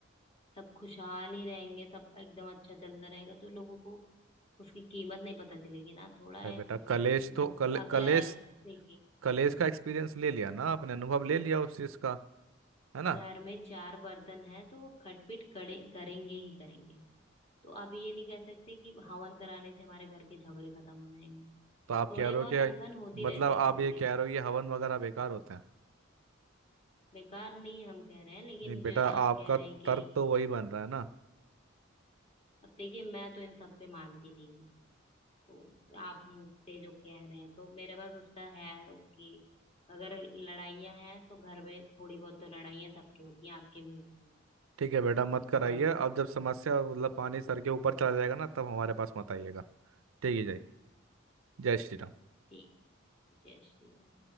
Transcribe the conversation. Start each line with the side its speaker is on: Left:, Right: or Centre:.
Left: सब खुशहाल ही रहेंगे सब एकदम अच्छा चलता रहेगा तो लोगों को उसकी कीमत नहीं पता चलेगी ना थोड़ा
Right: अरे
Left: है,
Right: बेटा कलेश
Left: ग-
Right: तो कल,
Left: अगर
Right: कलेश
Left: देखिए
Right: कॉलेज का एक्सपीरियंस ले लिया ना आपने अनुभव ले लिया उस चीज का है ना
Left: घर में चार बर्तन है तो वो खटपिट करे करेंगे ही करेंगे तो आप ये नहीं कह सकते कि हवन कराने से हमारे घर के झगड़े खत्म हो जाएंगे
Right: तो आप
Left: थोड़े
Right: कह रहे
Left: बहुत
Right: हो कि
Left: अनबन होती
Right: मतलब
Left: रहती
Right: आप
Left: है सबके
Right: ये कह रहे हो ये हवन वगैरह बेकार होता है
Left: बेकार नहीं हम कह रहे हैं लेकिन
Right: नहीं बेटा
Left: जो आप
Right: आपका
Left: कह रहे हैं कि
Right: तर्क तो वही बन रहा है ना
Left: अब देखिए मैं तो इन सब पे मानती नहीं हूँ तो आप मुझसे जो कह रहे हैं तो मेरे पास उसका है कि अगर लड़ाइयाँ हैं तो घर में थोड़ी बहुत तो लड़ाइयाँ सबकी होती हैं आपके भी होती हैं
Right: ठीक है बेटा मत कराइए
Left: और
Right: अब जब समस्या मतलब पानी सर के ऊपर चला जाएगा ना तब हमारे पास मत आइएगा ठीक है जय जय श्री राम
Left: ठीक जय श्री राम